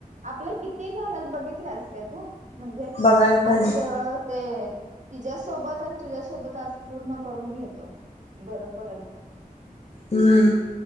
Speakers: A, on the right; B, on the left.
A: आपलं किती झालं बघितलंस कायं तूं म्हणजे
B: बघायला पाहिजे
A: आजचं ते तिझ्यांसोबतं आणि तुझ्यांसोबतं आंज पूर्ण करूंन घेतो बरं पडेल मंग
B: हम्मं